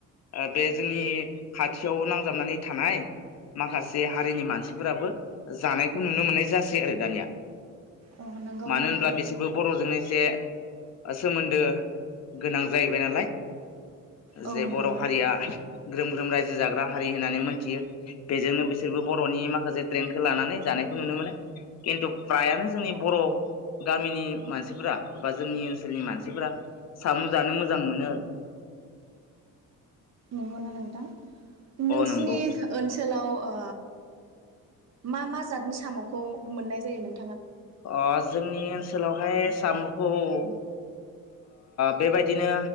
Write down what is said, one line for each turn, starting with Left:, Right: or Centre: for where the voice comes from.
Left: ओ बे जोंनि खाथियाव नांजाबनानै थानाय माखासे हारिनि मानसिफोराबो जानायखौ नुनो मोननाय जासै आरो दानिया
Right: अ नंगौना
Left: मानो
Right: नोंथां
Left: होनब्ला बिसोरबो बर'जोंनो जे ओ सोमोन्दो गोनां जाहैबाय नालाय
Right: औ
Left: जे
Right: नंगौ
Left: बर' हारिया
Right: नोंथां
Left: ग्रोम ग्रोम रायजो जाग्रा हारि होननानै मोनथियो बेजोंनो बिसोरबो बर'नि माखासे ट्रेन्डखौ लानानै जानायखौ नुनो मोनो। खिन्थु फ्रायानो जोंनि बर' गामिनि मानसिफोरा बा जोंनि ओन सोलनि मानसिफोरा सामु जानो मोजां मोनो ‌।
Right: नंगौ ना नोंथां? नोंसिनि
Left: नंगौ
Right: ओनसोलाव अ मा मा जादनि साम'खौ मोननाय जायो नों
Left: अ जोंनि ओनसोलावहाय सामुखौ ओ बेबायदिनो